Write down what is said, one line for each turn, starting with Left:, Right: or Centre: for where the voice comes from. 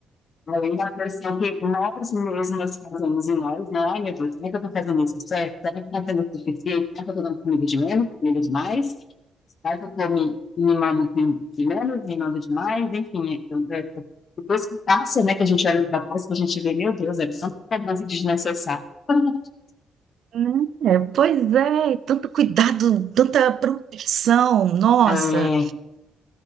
Left: além da pressão que nós mesmas fazemos em nós, né? Ai, meu Deus, como é que eu estou fazendo isso certo? Será que eu estou sendo o suficiente? Será que eu estou dando comida de menos, comida demais? Mas eu tô me mimado de, de menos, mimado de enfim. então eu- eu- Depois que passa, né, que a gente olha pra trás, que a gente vê, meu Deus, é tanta cobrança desnecessária. <laughs>
Right: né? É, Pois é, tanto cuidado, tanta proteção, nossa.
Left: É,